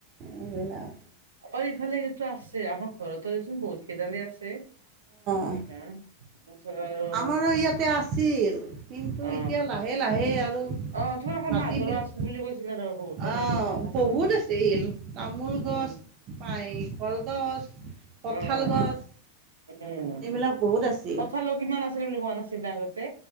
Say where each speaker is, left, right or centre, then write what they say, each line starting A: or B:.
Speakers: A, on the right; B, on the right.
A: এইবিলাক
B: অকল ইফালে এইটো আছে আমাৰ ঘৰতো দেচোন বহুত কেইটা আছে এনেকুৱা।
A: অ
B: আৰু।
A: আমাৰো ইয়াতে আছিল কিন্তু
B: অ
A: এতিয়া লাহে লাহে আৰু
B: অ তোমালোকৰ
A: মাটি
B: মাহঁতৰো
A: বিলাক
B: আছিল বুলি কৈছিলা ৰ বহুতটা
A: অহ
B: কলগছ আছিল
A: বহুত আছিল তামোল
B: উম
A: গছ নাই এ কলগছ কঁঠাল
B: অ
A: গছ
B: উম
A: এইবিলাক বহুত আছিল
B: কথালো কিমান আছিল বুলি কোৱা নাছিলে আগতে